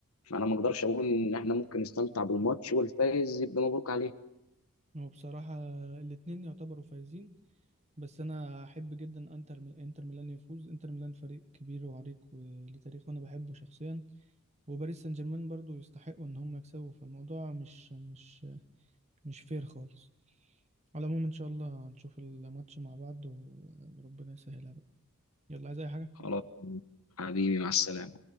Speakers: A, on the left; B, on the right.
A: فانا ما اقدرش اقول ان احنا ممكن نستمتع بالماتش والفايز يبقى مبروك عليه
B: هو بصراحة الاتنين يعتبروا فايزين بس انا احب جدا انتر ميل- انتر ميلان يفوز انتر ميلان فريق كبير وعريق وليه تاريخ وانا بحبه شخصيا وباريس سان جيرمان برضو يستحقوا ان هم يكسبوا فالموضوع مش مش مش فير خالص على العموم ان شاء الله هنشوف الماتش مع بعض و- وربنا يسهلها بقى يلا عايز اي حاجة
A: خلاص حبيبي مع السلامة